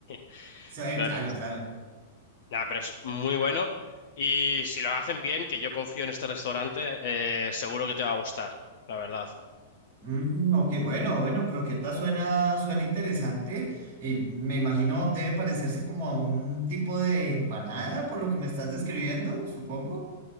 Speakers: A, on the left; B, on the right.
A: <laughs>
B: sí, eh,
A: Pero,
B: claro,
A: es-
B: claro.
A: nada, pero es muy bueno y si lo hacen bien, que yo confío en este restaurante, eh, seguro que te va a gustar, la verdad.
B: Mm, ok, bueno, bueno, croqueta suena, suena interesante y me imagino debe parecerse como a un tipo de empanada por lo que me estás describiendo, supongo.